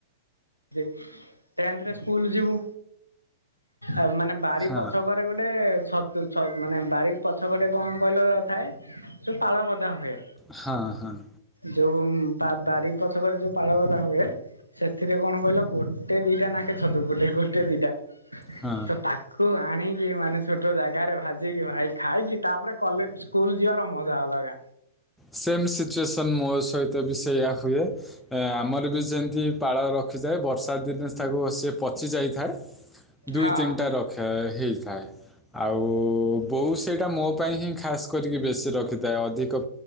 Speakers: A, on the left (about 85°); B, in the centre.
A: ଯେ ଟେଂଥ ରେ ସ୍କୁଲ ଯିବୁ। ଆ ମାନେ ବାରି
B: ହଁ
A: ପଛକରେ ଗୋଟେ ଛତୁ ଛ ମାନେ ବାରି ପଛ ପଟେ କଣ କହିଲ ଥାଏ ସେ ପାଳ ଗଦା ହୁଏ।
B: ହଁ ହଁଅ।
A: ଯୋଉ ପା ବାରି ପଛକରେ ଯୋଉ ପାଳଗ ହୁଏ ସେଠି ଥିରେ କଣ କହିଲ ଗୋଟେ ଦିଟା ନାଖେ ଛତୁ ଗୋଟେ ଗୋଟେ ଦିଟା।
B: ହଁ
A: ତ ତାକୁ ଆ ଆଣିକି ମାନେ ଛୋଟ ଜାଗାରେ ଭାଜିକି ଭାଇ ଖାଇକି ତାପରେ କଲେ ସ୍କୁଲ ଯିବାର ମଜା ଅଲଗା।
B: ସେମ ସିଚୁଏସନ ମୋ ସହିତ ବି ସେଇଆ ହୁଏ ଆମର ବି ଯେମତି ପାଳ ରଖିଥାଏ ବର୍ଷା ଦିନେ ତାକୁ ସେ ପଚି ଯାଇଥାଏ ଦୁଇ
A: ହଁ
B: ତିନିଟା ରଖ ହେଇଥାଏ ଆଉ ବୋଉ ସେଇଟା ମୋ ପାଇଁ ହିଁ ଖାସ୍ କରିକି ବେଶୀ ରଖିଥାଏ ଅଧିକ